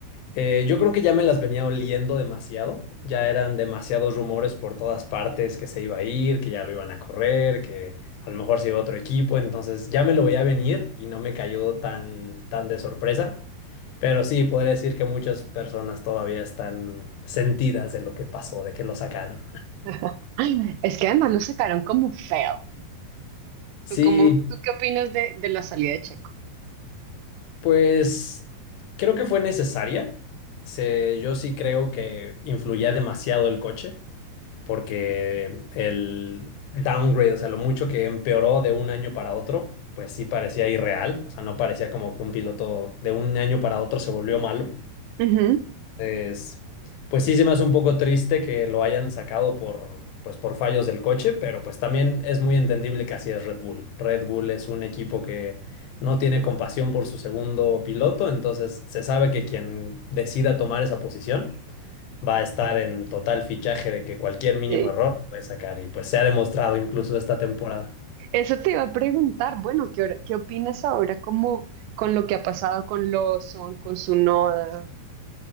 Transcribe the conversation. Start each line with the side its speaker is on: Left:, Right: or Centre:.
Left: Eh, yo creo que ya me las venía oliendo demasiado. Ya eran demasiados rumores por todas partes que se iba a ir, que ya lo iban a correr, que a lo mejor se iba a otro equipo. Entonces ya me lo veía venir y no me cayó tan, tan de sorpresa. Pero sí, podría decir que muchas personas todavía están sentidas de lo que pasó, de que lo sacaron.
Right: <laughs> Es que además lo sacaron como feo.
Left: Sí,
Right: ¿Tú, cómo, tú qué opinas de, de la salida de Checo?
Left: Pues creo que fue necesaria. Se- yo sí creo que influía demasiado el coche, porque el downgrade, o sea, lo mucho que empeoró de un año para otro, pues sí parecía irreal. O sea, no parecía como que un piloto de un año para otro se volvió malo.
Right: Ujú.
Left: Entonces, pues sí se me hace un poco triste que lo hayan sacado por, pues por fallos del coche, pero pues también es muy entendible que así es Red Bull. Red Bull es un equipo que no tiene compasión por su segundo piloto, entonces se sabe que quien decida tomar esa posición va a estar en total fichaje de que cualquier mínimo
Right: Sí.
Left: error lo puede sacar y pues se ha demostrado incluso esta temporada.
Right: Eso te iba a preguntar, bueno, ¿qué, hora- qué opinas ahora como con lo que ha pasado con Lawson, con su noda?